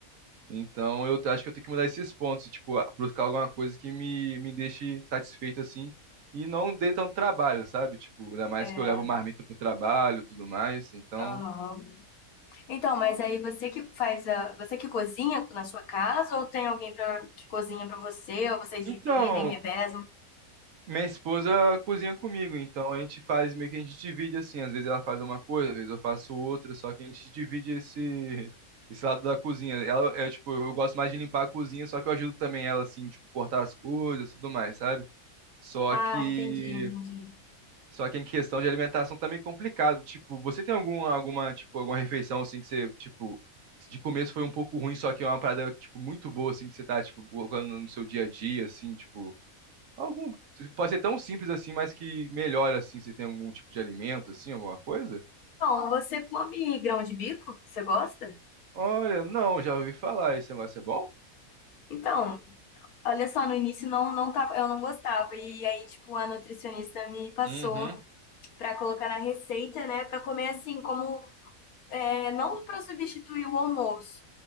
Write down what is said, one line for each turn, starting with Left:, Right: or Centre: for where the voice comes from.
Right: Então eu acho que eu tenho que mudar esses pontos, e, tipo, a- buscar alguma coisa que me, me deixe satisfeito assim e não dê tanto trabalho, sabe? Tipo, ainda mais
Left: É,
Right: que eu levo marmita pro trabalho, e tudo mais. Então,
Left: aham. Então, mas aí você que faz a, você que cozinha na sua casa ou tem alguém pra, que cozinha pra você, ou vocês
Right: então,
Left: dividem, revezam?
Right: minha esposa cozinha comigo, então a gente faz meio que a gente divide assim, às vezes ela faz uma coisa, às vezes eu faço outra, só que a gente divide esse esse lado da cozinha. Ela é tipo, eu gosto mais de limpar a cozinha, só que eu ajudo também ela assim, tipo, cortar as coisas, tudo mais, sabe? Só
Left: Ah,
Right: que
Left: entendi, entendi.
Right: Só que em questão de alimentação também é complicado. Tipo, você tem alguma, alguma, tipo, alguma refeição assim que você, tipo, de começo foi um pouco ruim, só que é uma parada, tipo, muito boa, assim, que você tá, tipo, colocando no seu dia a dia, assim, tipo. Algum. Pode ser tão simples assim, mas que melhora, assim, você tem algum tipo de alimento, assim, alguma coisa?
Left: Então, você come grão de bico? Você gosta?
Right: Olha, não, já ouvi falar, esse negócio é bom?
Left: Então, Olha só, no início não, não tava, eu não gostava. E aí, tipo, a nutricionista me passou
Right: Uhum,
Left: pra colocar na receita, né? Pra comer assim, como é, não pra substituir o almoço,